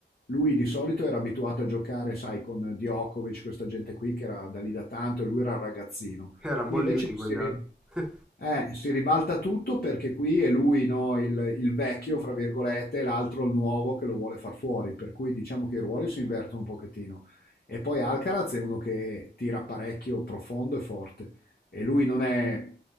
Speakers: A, on the left; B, in the centre.
A: lui di solito era abituato a giocare, sai, con Djokovic, questa gente qui che era da lì da tanto e lui era un ragazzino.
B: che Erano
A: Qui
B: bolliti
A: invece si,
B: quegli
A: ri-
B: altri. <laughs>
A: eh, si ribalta tutto perché qui è lui, no, il, il vecchio, fra virgolette, e l'altro il nuovo che lo vuole far fuori, per cui diciamo che i ruoli si invertono un pochettino. E poi Alcaraz è uno che tira parecchio profondo e forte e lui non è,